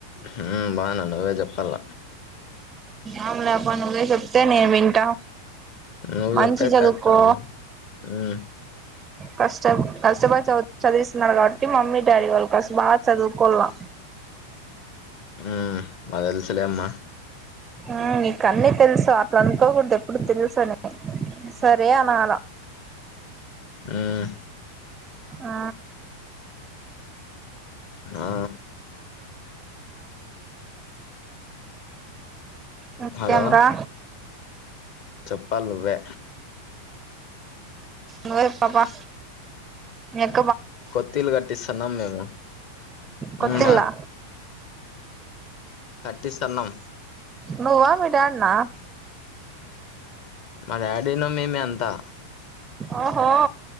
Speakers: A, on the left (about 45°); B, on the right (about 20°).
A: హ్మ్ బాగున్నా నువ్వే చెప్పాల
B: ఏం లేప్ప నువ్వు చెప్తే నేన్ వింటా
A: నువ్వు
B: మంచి
A: చెప్పేది
B: చదువుకో
A: కష్టం ఉమ్
B: కష్టం కస్టపడి చ చదివిస్తునారకాబ్బటి మమ్మి డాడి వాళ్ళ కోసం బా చదువుకోల్లా
A: ఉమ్ మాకు తెలుసులేమ్మా
B: ఆ నీకన్నీ తెలుసు అ అనుకోకూడదు ఎప్పుడు తెలుసు అని సరే అనాలా
A: ఆ హ్మ్
B: ఆ
A: ఆ
B: ఇంకేంరా
A: హలో చెప్పాలి నువ్వే
B: నువ్వే పాపా అ
A: కొత్తల్లు కట్టిస్తాన్నాం మేము
B: కొత్తల్లా
A: ఉమ్ కట్టిస్తాణ్ణం
B: నువ్వా మీ డాడ్నా
A: మా డాడీనాో మేమే అంతా
B: ఆఓహో